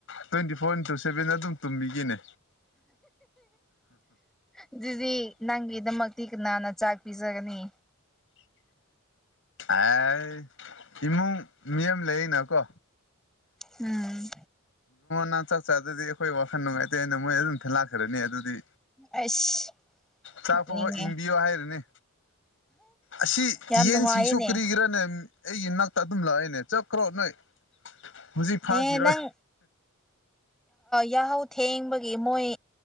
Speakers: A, on the left; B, in the centre.
A: ꯇ꯭ꯋꯦꯟꯇꯤ ꯐꯣꯔ ꯏꯟꯇꯨ ꯁꯕꯦꯟ ꯑꯗꯨꯝ ꯇꯨꯝꯕꯤꯒꯤꯅꯦ
B: ꯑꯗꯨꯤꯗꯤ ꯅꯪꯒꯤꯗꯃꯒ ꯇꯤꯛ ꯀꯥꯟꯅꯅ ꯆꯥꯛ ꯄꯤꯖꯒꯅꯤ
A: ꯑꯦ ꯏꯃꯨꯡ ꯃꯤ ꯑꯃ ꯂꯩꯔꯤꯅꯀꯣ
B: ꯎꯝ
A: ꯅꯟ ꯆꯥꯛ ꯆꯥꯗꯗꯤ ꯑꯩꯈꯣꯏ ꯋꯥꯈꯜ ꯅꯨꯡꯉꯥꯏꯇꯦ ꯑꯩꯅ ꯃꯣꯏ ꯑꯗꯨꯝ ꯂꯥꯛꯈ꯭ꯔꯅꯤ ꯑꯗꯨꯗꯤ
B: ꯑꯩꯁ
A: ꯆꯥꯛꯐꯕ
B: ꯅꯣꯛꯅꯤꯡꯉꯦ
A: ꯏꯟꯕꯤꯌꯣ ꯍꯥꯏꯔꯅꯤ ꯑꯁꯤ
B: ꯌꯥꯝ
A: ꯌꯦꯟꯁꯤꯡꯁꯨ
B: ꯅꯨꯡꯉꯥꯏꯌꯦꯅꯦ
A: ꯀꯔꯤꯒꯤꯔꯅꯦ ꯑꯩꯒꯤꯅꯥꯛꯇ ꯑꯗꯨꯝ ꯂꯥꯛꯏꯅꯦ ꯆꯠꯈ꯭ꯔꯣ ꯅꯣꯏ ꯍꯧꯖꯤꯛ ꯐꯥꯈꯤꯔꯣꯏ
B: ꯑꯦ ꯅꯪ ꯌꯥꯍꯧ ꯊꯦꯡꯕꯒꯤ ꯃꯣꯏ